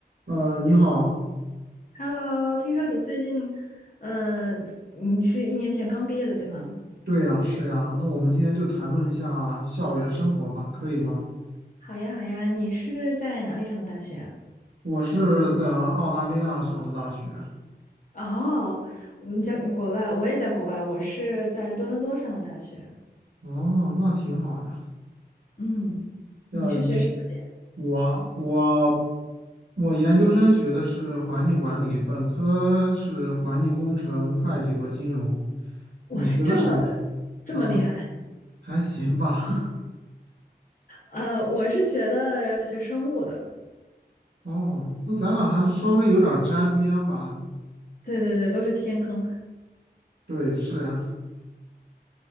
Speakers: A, on the right (about 80°); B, on the left (about 50°).
A: 呃，你好，
B: Hello，听说你最近，嗯、你是一年前刚毕业的，对吗？
A: 对呀，是呀，那我们今天就谈论一下校园生活吧，可以吗？
B: 好呀，好呀，你是在哪里上的大学啊？
A: 我是在澳大利亚上的大学，
B: 哦，你在国外，我也在国外，我是在多伦多上的大学。
A: 哦，那挺好呀。
B: 嗯，
A: 呃，
B: 你是学什么的呀？
A: 你学我我我研究生学的是环境管理，本科是环境工程、会计和金融。
B: 哇塞，
A: 你学的什么是
B: 这么这么厉害！
A: 啊，还行吧。
B: 呃，我是学的学生物的，
A: <laughs> 哦，那咱俩还稍微有点儿沾边吧？
B: 对对对，都是天坑。
A: 对，是呀。